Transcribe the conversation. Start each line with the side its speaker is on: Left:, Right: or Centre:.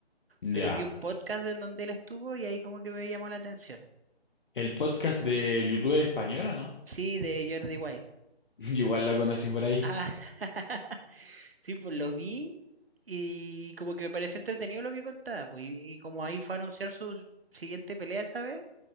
Left: Ya.
Right: pero vi un podcast en donde él estuvo y ahí como que me llamó la atención.
Left: ¿El podcast de youtuber español o no?
Right: Sí, de Jordi Wild.
Left: <laughs> Yo igual lo conocí por ahí.
Right: Ah, <laughs> Sí, pues lo vi y como que me pareció entretenido lo que contaba, pues, y, y como ahí fue a anunciar su siguiente pelea esa vez,